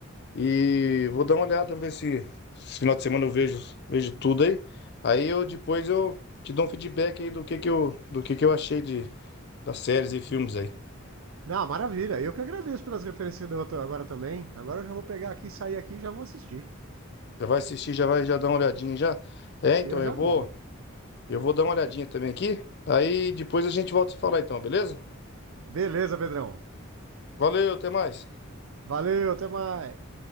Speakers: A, on the left (about 50°); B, on the right (about 70°).
A: e vou dar uma olhada, ver se esse final de semana eu vejo, vejo tudo aí. Aí eu depois eu te dou um feedback aí do que que eu, do que que eu achei de, das séries e filmes aí.
B: Não, maravilha. Eu que agradeço pelas referências que você deu agora também. Agora eu já vou pegar aqui, sair aqui e já vou assistir.
A: Já vai assistir, já vai já dar uma olhadinha já. É, então
B: Eu já
A: eu vou,
B: vou.
A: eu vou dar uma olhadinha também aqui. Aí depois a gente volta a se falar então, beleza?
B: Beleza, Pedrão.
A: Valeu, até mais.
B: Valeu, até mais.